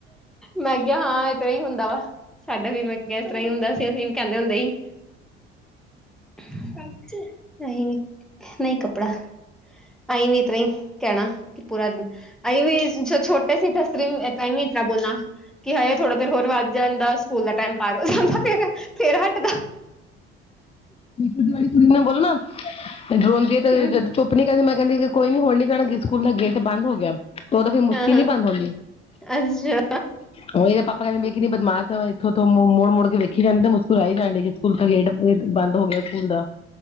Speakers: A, in the centre; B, on the left.
A: ਮੈ ਕਿਗ ਹਾਂ, ਇਸ ਤਰਾਂ ਹੀ ਹੁੰਦਾ ਵਾ। ਸਾਡਾ ਵੀ ਮੈ ਕਿਆ ਇਸ ਤਰਾ ਈ ਹੁੰਦਾ ਸੀ ਅਸੀਂ ਵੀ ਕੈਂਦੇ ਹੁੰਦੇ ਹੀ ਸਾਚ, ਨਹੀ, ਨਈ ਕੱਪੜਾ। ਅਸੀਂ ਵੀ, ਇਸ ਤਰਾਂ ਹੀ, ਕਹਿਣਾ ਕਿ ਪੂਰਾ ਦਿ- ਆਈ ਵੀ ਛੋਟੇ ਸੀ, ਤਾਂ ਸਤਰੀ ਣਿਤਰਾ ਬੋਲਣਾ। ਕਿ ਹਾਏ, ਥੋੜਾ ਦੇਰ ਹੋਰ, ਵੱਧ ਜਾਂਦਾ। ਸਕੂਲ ਦਾ ਟਾਈਮ ਪਾਰ ਹੋ ਜਾਂਦਾ। ਫੇਰ ਹਟਦਾ।
B: ਤੁਰਕੀ ਬੋਲੋ ਨਾ ਡਰੋਨ ਜ ਤੇ
A: ਹਮ
B: ਜ <unintelligible> ਚੁੱਪੀ ਕਹਿੰਦੀ ਮੈਂ ਕਿੰਦੀ ਕੋਈ ਨੀ, ਹੂਣ ਨੀ ਜਾਣਾ। ਸਕੂਲ ਦਾ ਗੇਟ ਬੰਦ ਹੋ ਗਿਆ। ਉਦੋ ਫੇਰ, ਮੁਸਕੀਲ
A: ਹਾਂ ਹਾਂ
B: ਹੀ ਬੰਦ ਹੁੰਦੀ।
A: ਅੱਛਾ
B: ਉਹ, ਇਹਦੇ ਪਾਪਾ ਕਹਿੰਦੇੇ, ਕਿਨੀ ਬਦਮਾਸ਼ ਹੈ। ਇੱਥੇ- ਉੱਥੋਂ, ਮੁੜ- ਮੁੜ ਕੇ ਵੇਖੀ ਜਾਂਦੀ। ਕਰਵਾਈ ਜਾਣ ਡਣੀ ਏ। ਸਕੂਲ ਤਾਂ ਗੇਟ ਬੰਦ ਹੋ ਗਿਆ। ਸਕੂਲ ਦਾ।